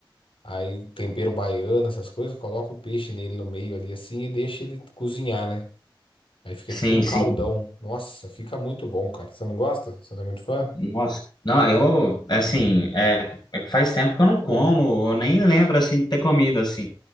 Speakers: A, on the left (about 85°); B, on the left (about 55°).
A: Aí tempero baiano, essas coisas, coloca o peixe nele no meio ali assim e deixa ele cozinhar, né? Aí fica
B: Sim,
A: tipo um
B: sim.
A: caldão. Nossa, fica muito bom, cara. Você não gosta? Você não é muito fã?
B: Nossa, não, eu, assim, é, é- faz tempo que eu não como, eu nem lembro, assim, de ter comido, assim.